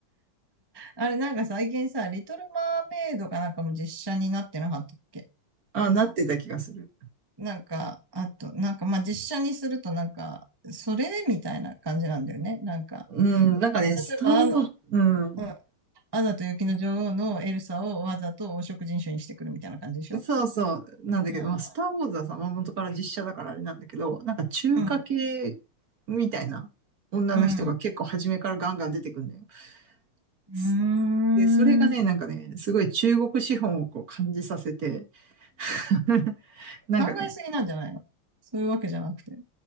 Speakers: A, on the right; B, on the right.
A: あれ、なんか最近さ、リトルマーメイドかなんかも実写になってなかったっけ
B: ああ、なってた気がする。
A: なんか、あと、なんか、まあ、実写にするとなんか、それみたいな感じなんだよね。なんか、
B: うん、なんかね、スターウォーズ、
A: 例えば、あの、
B: うん。
A: うん、アナと雪の女王のエルサをわざと黄色人種にしてくるみたいな感じでしょ
B: そうそう、なんだけど、
A: うん。
B: まあ、スターウォーズはさ、まあ、元から実写だからあれなんだけど、なんか中華系みたいな女の人が結構初めからガンガン出てくるんだよ。
A: うん。うん。うーん
B: すで、それがね、なんかね、すごい中国資本をこう感じさせて、<laughs> なんかね、
A: 考えすぎなんじゃないのそういうわけじゃなくて。